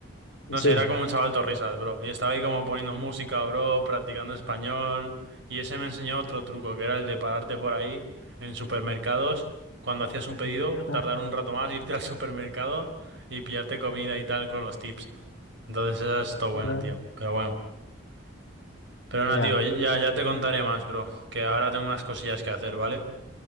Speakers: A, on the right; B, on the left.
A: No
B: sí,
A: sé, era como un chaval risas, bro. Y estaba ahí como poniendo música, bro, practicando español. Y ese me enseñó otro truco, que era el de pararte por ahí en supermercados. Cuando hacías un pedido, tardar
B: ah,
A: un rato más, <laughs> irte al supermercado y pillarte comida y tal con los tips. Entonces esa es todo buena,
B: joder,
A: tío. Pero bueno. Pero nada,
B: ya.
A: tío, ya, ya te contaré más, bro. Que ahora tengo unas cosillas que hacer, ¿vale?